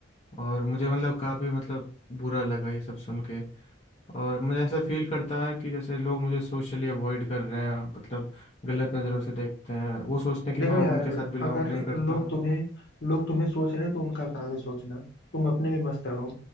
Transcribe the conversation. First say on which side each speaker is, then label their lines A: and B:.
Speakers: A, on the left; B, on the left.
A: और मुझे मतलब काफ़ी मतलब बुरा लगा ये सब सुन के और मुझे ऐसा फील करता है कि जैसे लोग मुझे सोशली अवॉइड कर रहे हैं मतलब गलत नज़रों से देखते हैं वो सोचते हैं कि
B: देखो
A: मैं
B: यार
A: उनके साथ बिलोंग
B: अगर
A: नहीं करता
B: लोग
A: हूँ
B: तुम्हें लोग तुम्हें सोच रहे हैं तो उनका काम है सोचना तुम अपने में मस्त रहो